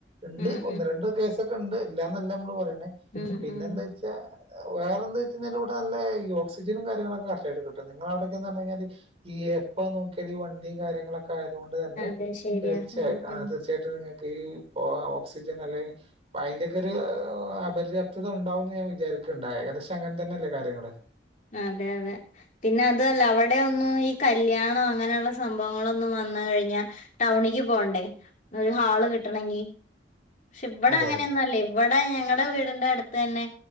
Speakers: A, on the right; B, on the left.
A: ഉണ്ട്
B: ഉം
A: ഒന്ന് രണ്ട് കേസൊക്കെണ്ട് ഇല്ലാന്നല്ലമ്മള് പറയണേ
B: ഉം ഉം
A: പിന്നെന്താച്ചാ?
B: ഉം
A: വേറെന്താച്ചഴിഞ്ഞാ ഇവിടെ നല്ല ഓക്സിജനും കാര്യങ്ങളക്കെ കറക്ട്ടയിട്ട് കിട്ടും നിങ്ങ അവിടക്കന്ന്ഞ്ഞു കിഞ്ഞൽ ഈ എപ്പ നോക്കിയാൽ ഈ വണ്ടിയും കാര്യങ്ങളൊ ആയതുകൊണ്ട് തന്നെ
B: അതെ ശരിയാ
A: തീർച്ചയായി
B: ഉം ഉം
A: തീർച്ചയായിട്ടും നിങ്ങൾക്ക് ഈ ഓക്സിജൻ അല്ലെ അപ്പ അയ്ന്റെയൊക്കെരു അപര്യാപ്ത ഉണ്ടാവുമെന്ന് ഞാൻ വിചാരിക്കുന്നു ഏകദേശം അങ്ങനെ തന്നെയല്ലേ കാര്യങ്ങള്?
B: അതെ അതെ പിന്നെ അതല്ല അവിടെ ഒന്നും ഈ കല്യാണം അങ്ങനെയുള്ള സംഭവങ്ങളൊന്നും വന്ന് കഴിഞ്ഞാ ടൗണിക്ക് പോണ്ടേ ഒരു ഹാള് കിട്ടണങ്കി ക്ഷെ ഇബടെ
A: അതെ
B: അങ്ങനെയൊന്നും
A: അതെ
B: അല്ലേ. ഇവിടെ ഞങ്ങടെ വീടിന്റെ അടുത്ത് തന്നെ